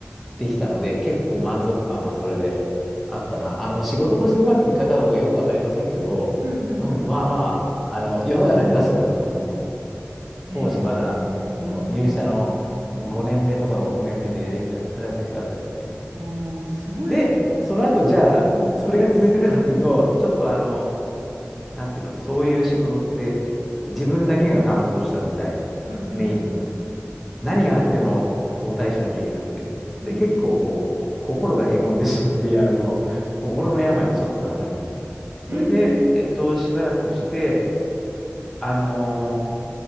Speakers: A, in the centre; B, on the right.
A: できたので、結構満足感はそれであったな。あの、仕事としてうまくいく方とかよくわかりませんけど、
B: うん、うん、
A: うん、
B: うん。
A: まあまあ、あの、世の中に出せたっていうのはとっても
B: へえー、
A: 当時まだ、その入社の5年目とか6年目でできたので、
B: なるほどね。
A: それは嬉しかったですね。
B: ああ、すごいですね。
A: で、その後、じゃあ、
B: うん、
A: それが続いてたかというと、
B: うん、
A: ちょっとあの、なんていうの、そういう仕事って、自分だけが担当したみたいな、
B: うん、うん、
A: メインの。
B: うん、
A: 何があっても応対しなきゃいけなくて。
B: うん、
A: で、
B: うん。
A: 結構こう、
B: うん
A: 心がへこんでしまい、<laughs> あの、心の病にちょっとかかり。
B: ええ、
A: それで、えっと、しばらくして、あの